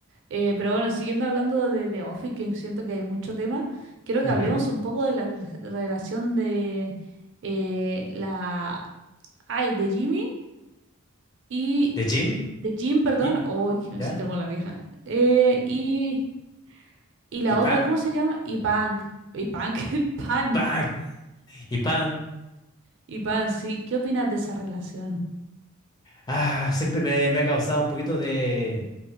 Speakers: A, on the right; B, on the left.
A: Eh, pero bueno, siguiendo hablando de The Office, que siento que hay mucho tema, quiero que
B: Ujú.
A: hablemos un poco de la re- relación de eh, la... Ay, de Jimmy y...
B: De Jim
A: De Jim, perdón.
B: y,
A: Uy, que
B: ¿ya?
A: me siento como la vieja. Eh, y, y la
B: Y Pam,
A: otra, ¿cómo se llama? Y Punk. Y Punk, <laughs> Pan.
B: Pam, y Pam.
A: Y Pan, sí, ¿qué opinas de esa relación?
B: Ah, siempre me, me ha causado un poquito de,